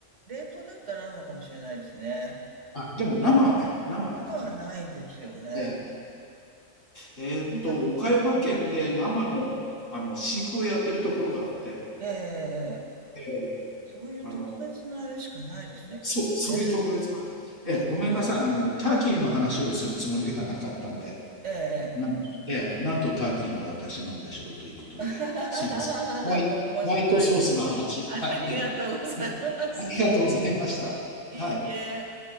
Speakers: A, on the right (about 65°); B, on the left (about 45°).
A: 冷凍だったらあるのかもしれないですね。
B: あ、でも生はね、生はなかなか。
A: なはないですよね。
B: ええ、えーっと、
A: 見たことないな。
B: 岡山県で生の、あの飼育をやってるところがあって、
A: ええええええ
B: ええ、
A: そういう特別なあれしかないですね、
B: あの
A: きっとね。
B: そう、そういう特別な。ええ、
A: ええ
B: ごめんなさい。あの、ターキーの話をするつもりではなかったんで、
A: ええええ
B: なん、ええ、なんとターキーな私なんでしょうということで、
A: <laughs>
B: すいません。ホワイ、
A: 面白い。
B: ホワイトソースの話。
A: ありがとうございます。
B: はい。<laughs> ありがとうございました。
A: いいえ。
B: はい。